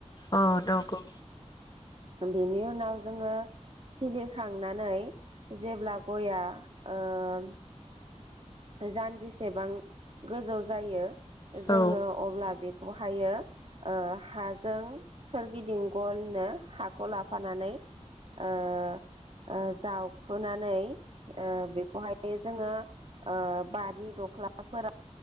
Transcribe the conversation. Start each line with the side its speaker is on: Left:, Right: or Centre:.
Left: अ दगौ
Right: बेनि उनाव जोङो खिलिखांनानै जेब्ला गया ओ जानजिसेबां गोजौ जायो जोङो
Left: औ
Right: अब्ला बे खौहायो ओ हाजों सोरगिदिं गलनो हाखौ लाफानानै ओ ओ जावखुनानै ओ बेखौहाय जोङो ओ बारि दख्लाफोरा